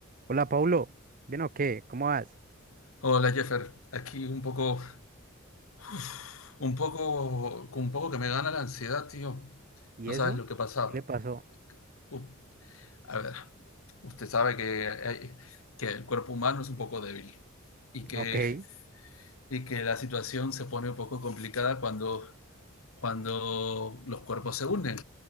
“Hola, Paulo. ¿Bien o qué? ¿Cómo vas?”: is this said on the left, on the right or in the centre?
Right